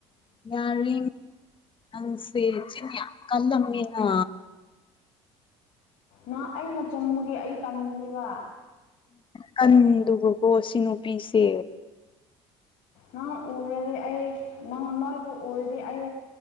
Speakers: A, on the left; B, on the left.
A: ꯌꯥꯔꯤ ꯅꯪꯁꯦ ꯆꯤꯟ ꯌꯥꯝ ꯀꯜꯂꯝꯃꯤꯅ
B: ꯅ ꯑꯩꯅ ꯆꯨꯝꯕꯒꯤ ꯑꯩ ꯇꯟꯕꯅꯦꯕ
A: ꯀꯟꯗꯨꯀꯣ ꯁꯤ ꯅꯨꯄꯤꯁꯦ
B: ꯅꯪ ꯎꯔꯗꯤ ꯑꯩ ꯅꯪ ꯃꯣꯏꯕꯨ ꯎꯔꯗꯤ ꯑꯩ